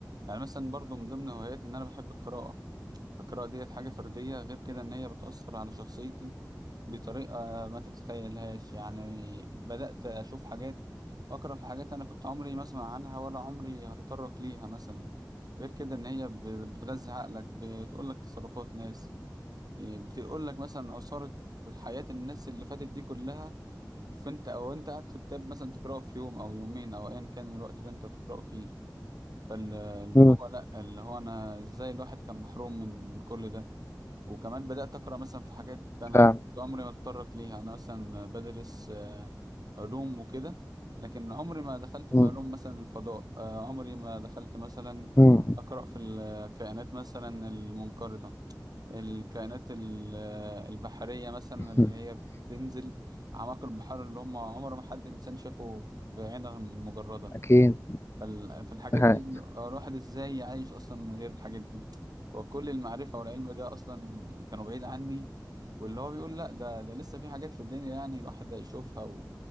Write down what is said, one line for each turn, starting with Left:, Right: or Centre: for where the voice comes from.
Right: يعني مثلا برضو من ضمن هواياتي ان انا بحب القراءه القراءه ديت حاجه فرديه غير كده ان هي بتاثر على شخصيتي بطريقه ما تتخيلهاش يعني بدات اشوف حاجات اقرا في حاجات انا كنت عمري ما اسمع عنها ولا عمري هتطرق ليها مثلا غير كده ان هي ب- بتغذي عقلك بتقول لك تصرفات ناس إيه، بتقول لك مثلا أثارت حياة الناس اللي فاتت دي كلها فأنت أو أنت قاعد في التاب مثلا تقرأه في يوم أو يومين أو أيا كان الوقت اللي أنت تقرأه فيه فاللي
Left: مم.
Right: هو لأ اللي هو أنا إزاي الواحد كان محروم من من كل ده وكمان بدأت أقرأ مثلا في حاجات أنا
Left: فاهم
Right: كنت عمري ما أتطرق ليها أنا مثلا بدرس آه، علوم وكده لكن عمري ما دخلت
Left: مم.
Right: في علوم مثلا الفضاء آه، عمري ما دخلت مثلا
Left: مم.
Right: أقرأ في الكائنات مثلا المنقرضة الكائنات ال- البحرية مثلا
Left: <laughs>
Right: اللي هي بتنزل أعماق البحر اللي هم عمر ما حد إنسان شافه بعينه المجردة
Left: أكيد
Right: فال- فالحاجات
Left: ده حقيقي.
Right: دي ال- الواحد إزاي يعيش أصلا من غير الحاجات دي وكل المعرفة والعلم ده أصلا كانوا بعيد عني واللي هو بيقول لأ ده ده لسه في حاجات في الدنيا يعني الواحد هيشوفها و...